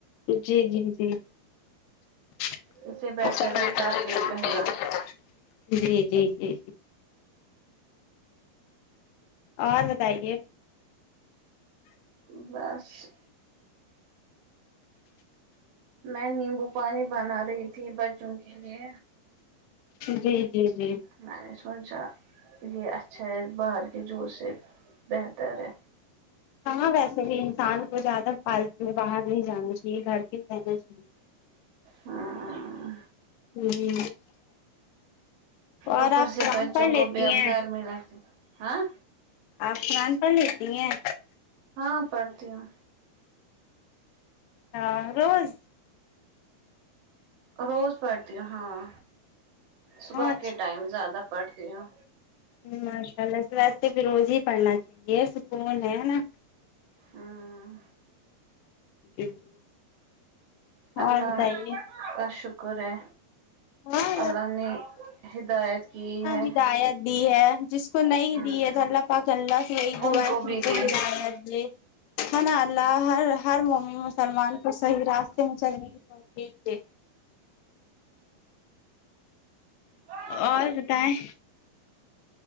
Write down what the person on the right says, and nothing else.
اس سے بیٹر ہے گھر پہ ہی بہنا
بس میں نیمبو پانی بنا رہی تھی بچوں کے لیے
میں نے سوچا یہ اچھا ہے باہر کے جوس سے بہتر ہے
ہاں
اوپر
سے
بچوں
کو بھی اب
گھر ملاتے ہاں
ہاں پڑتی ہوں
روز پڑھتی ہوں ہاں صبح
کے ٹائم زیادہ پڑھتی ہوں
ہاں
اللہ
کا شکر ہے
اللہ نے ہدایت کی ہے
ہوں
ان کو
بھی
دے
ہاں